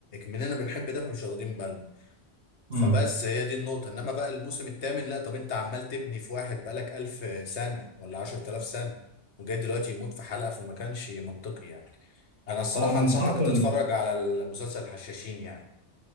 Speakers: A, on the left (about 65°); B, on the right (about 70°).
A: مننا بنحب ده فمش واخدين بالنا فبس
B: امم
A: هي دي النقطة انما بقى الموسم الثامن لا طب انت عمال تبني في واحد بقالك ألف سنة ولا عشرة آلاف سنة وجاي دلوقتي يموت في حلقة فما كانش منطقي يعني انا الصراحة
B: هو من
A: انصحك
B: اقوى
A: تتفرج على المسلسل الحشاشين يعني